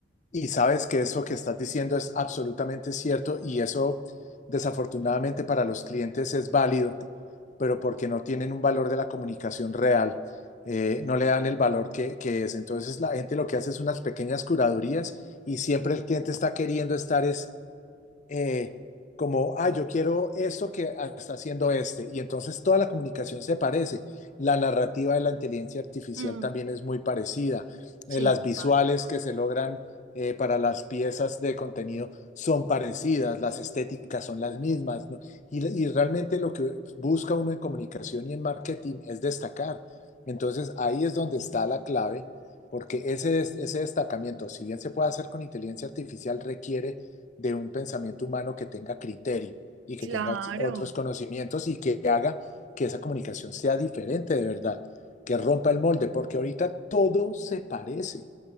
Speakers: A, on the left; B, on the right.
A: Y sabes que eso que estás diciendo es absolutamente cierto y eso desafortunadamente para los clientes es válido, pero porque no tienen un valor de la comunicación real, eh, no le dan el valor que, que es. Entonces la gente lo que hace es unas pequeñas curadurías y siempre el cliente está queriendo estar es eh, como, ah, yo quiero esto que está haciendo este. Y entonces toda la comunicación se parece. La narrativa de la inteligencia artificial
B: Mm,
A: también es muy parecida.
B: sí,
A: Eh, las
B: total.
A: visuales que se logran eh, para las piezas de contenido son parecidas, las estéticas son las mismas, ¿no? Y, y realmente lo que busca uno en comunicación y en marketing es destacar. Entonces ahí es donde está la clave. Porque ese, des- ese destacamiento, si bien se puede hacer con inteligencia artificial, requiere de un pensamiento humano que tenga criterio y que
B: Claro.
A: tenga otros conocimientos y que haga que esa comunicación sea diferente de verdad, que rompa el molde, porque ahorita todo se parece.